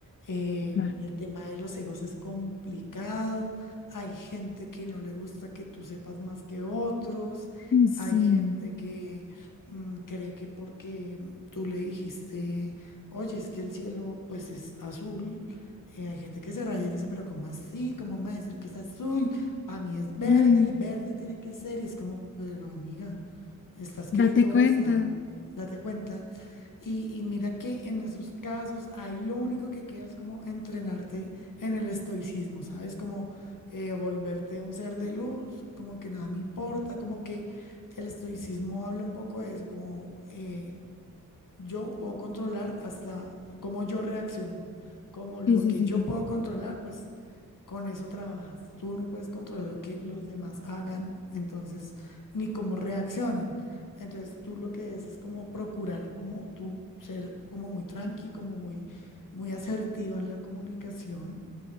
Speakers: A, on the left; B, on the left.
A: Eh,
B: claro.
A: el tema de los egos es complicado. Hay gente que no le gusta que tú sepas más que otros.
B: Ay, Sí.
A: Hay gente mm, cree que porque tú le dijiste, oye, es que el cielo pues es azul, eh, hay gente que se raya y dice, pero ¿cómo así? ¿Cómo me va a decir que es azul? Para mí es verde
B: Ay,
A: y verde tiene que ser. Y es como, pero amiga, está escrito,
B: date cuenta.
A: está, date cuenta. Y, y mira que en esos casos ahí lo único que queda es como entrenarte en el estoicismo, ¿sabes? Como eh, volverte un ser de luz, como que nada me importa, como que el estoicismo habla un poco de eso, como eh, yo puedo controlar hasta cómo yo reacciono, como lo
B: Sí, sí,
A: que
B: sí,
A: yo
B: sí.
A: puedo controlar, pues con eso trabajas. Tú no puedes controlar lo que los demás hagan, entonces, ni cómo reaccionen. Entonces, tú lo que es es como procurar, como tú ser como muy tranqui, como muy, muy asertiva en la comunicación